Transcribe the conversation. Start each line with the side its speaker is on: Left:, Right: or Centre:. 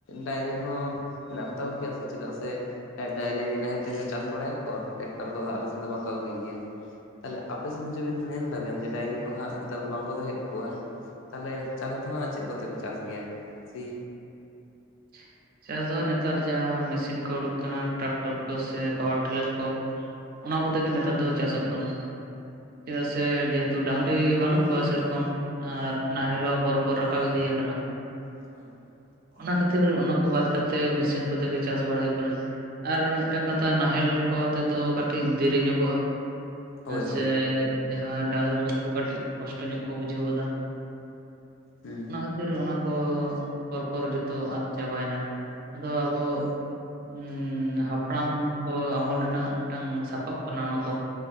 Left: ᱰᱟᱝᱨᱤ ᱦᱚᱸ ᱢᱮᱱᱟᱜ ᱠᱚᱛᱟ ᱠᱚ ᱜᱮᱭᱟ ᱥᱮ ᱪᱮᱫᱟᱜ ᱥᱮ ᱰᱟᱝᱨᱤ ᱱᱟᱦᱮᱞ ᱛᱮᱠᱚ ᱪᱟᱥ ᱵᱟᱲᱟᱭ ᱟᱠᱚ ᱴᱮᱠᱴᱟᱨ ᱠᱚᱫᱚ ᱟᱞᱮ ᱥᱮᱱ ᱫᱚ ᱵᱟᱝ ᱠᱚ ᱟᱹᱜᱩᱭ ᱜᱮᱭᱟ ᱾ ᱛᱟᱦᱚᱞᱮ ᱟᱯᱮ ᱥᱮᱱ ᱡᱤᱵᱮᱱ ᱢᱮᱱ ᱮᱫᱟᱵᱮᱱ ᱡᱮ ᱰᱟᱝᱨᱤ ᱠᱚ ᱦᱟᱸᱜ ᱱᱮᱛᱟᱨ ᱫᱚ ᱵᱟᱝ ᱠᱚ ᱫᱚᱦᱚᱭᱮᱫ ᱠᱚᱜᱣᱟ ᱛᱟᱦᱚᱞᱮ ᱪᱟᱥ ᱫᱚ ᱦᱟᱸᱜ ᱪᱮᱫ ᱠᱚᱛᱮ ᱯᱮ ᱪᱟᱥ ᱜᱮᱭᱟ ᱥᱤ?
Right: <unintelligible> ᱪᱟᱥ ᱫᱚ ᱱᱮᱛᱟᱨ ᱡᱟᱦᱟᱸ ᱢᱮᱥᱤᱱ ᱠᱚ ᱩᱰᱩᱠ ᱠᱟᱱᱟ ᱴᱟᱠᱴᱚᱨ ᱠᱚ ᱥᱮ ᱯᱟᱣᱟᱨ ᱴᱤᱞᱟᱨ ᱠᱚ ᱚᱱᱟ
Left: ᱦᱩᱸ
Right: ᱠᱚᱛᱮ ᱜᱮ ᱱᱮᱛᱟᱨ ᱫᱚ ᱪᱟᱥᱚᱜ ᱠᱟᱱᱟ᱾ ᱪᱮᱫᱟᱜ ᱥᱮ ᱡᱮᱦᱮᱛᱩ ᱰᱟᱝᱨᱤ ᱵᱟᱹᱱᱩᱜ ᱠᱚᱣᱟ ᱥᱮᱨᱚᱠᱚᱢ ᱟᱨ ᱱᱟᱦᱮᱞ ᱦᱚ ᱯᱚᱨ ᱠᱚ ᱨᱟᱠᱟᱵ ᱤᱫᱤ ᱟᱠᱟᱱᱟ᱾
Left: <inaudible>
Right: ᱚᱱᱟ ᱠᱷᱟᱹᱛᱤᱨ ᱚᱱᱟ ᱠᱚ ᱵᱟᱫ ᱠᱟᱛᱮᱮᱫ ᱢᱮᱥᱤᱱ ᱠᱚᱛᱮ ᱜᱮ ᱪᱟᱥ ᱵᱟᱲᱟ ᱦᱩᱭᱩᱜ ᱠᱟᱱᱟ᱾ ᱟᱨ ᱢᱤᱫᱴᱟᱝ ᱠᱟᱛᱷᱟ ᱱᱟᱦᱮᱞ ᱠᱚ ᱟᱛᱮ ᱫᱚ ᱠᱟᱹᱴᱤᱡ ᱫᱮᱨᱤ ᱧᱚᱜᱚᱜᱼᱟ,
Left: ᱦᱳᱭ
Right: ᱥᱮ
Left: ᱦᱳᱭ
Right: ᱡᱟᱦᱟᱸ ᱰᱟᱝᱨᱤ ᱠᱚ ᱩᱱᱠᱩ ᱠᱟᱹᱴᱤᱡ ᱠᱚᱥᱴᱚ ᱧᱚᱜ ᱠᱚ ᱵᱩᱡᱷᱟᱹᱣ ᱜᱚᱫᱟ ᱾
Left: ᱦᱮᱸ
Right: ᱚᱱᱟ ᱠᱷᱟᱹᱛᱤᱨ ᱚᱱᱟ ᱠᱚ ᱯᱚᱨᱯᱚᱨ ᱡᱚᱛᱚ ᱟᱫ ᱪᱟᱵᱟᱭᱮᱱᱟ ᱟᱫᱚ ᱟᱵᱚ ᱩᱸ ᱦᱟᱯᱲᱟᱢ ᱠᱚ ᱟᱢᱚᱞ ᱨᱮᱱᱟᱜ ᱢᱤᱫᱴᱟᱝ ᱥᱟᱯᱟᱵ ᱠᱟᱱᱟ ᱚᱱᱟ ᱠᱚ᱾